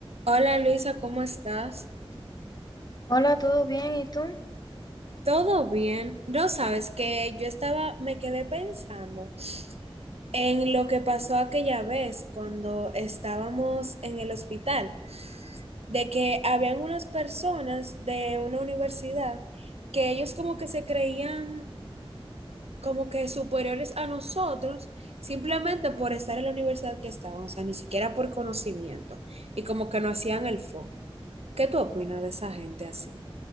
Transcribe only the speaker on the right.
Hola Luisa, ¿cómo estás?
¿Todo bien? No sabes que yo estaba, me quedé pensando en lo que pasó aquella vez cuando estábamos en el hospital, de que habían unas personas de una universidad que ellos como que se creían como que superiores a nosotros simplemente por estar en la universidad que estaban, o sea, ni siquiera por conocimiento y como que no hacían el fo. ¿Qué tú opinas de esa gente así?